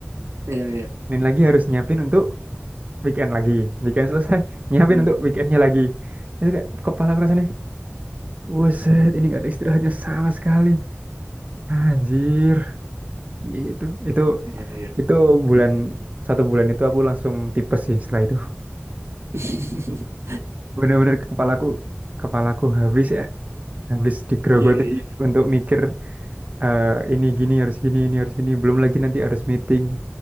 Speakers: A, on the right (about 75°); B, on the right (about 30°).
A: Iya, iya.
B: Senin lagi harus nyiapin untuk weekend lagi. Weekend selesai, <laughs> nyiapin
A: Iya,
B: untuk weekendnya lagi. Itu kayak kepala aku rasanya, wuset ini gak ada istirahatnya sama sekali. Anjir, itu itu
A: iya, iya.
B: itu bulan satu bulan itu aku langsung tipes sih setelah itu.
A: <laughs>
B: Bener-bener kepalaku kepalaku habis eh, habis digerogoti
A: Iya, iya,
B: untuk mikir eh, ini gini harus gini ini harus gini. Belum lagi nanti harus meeting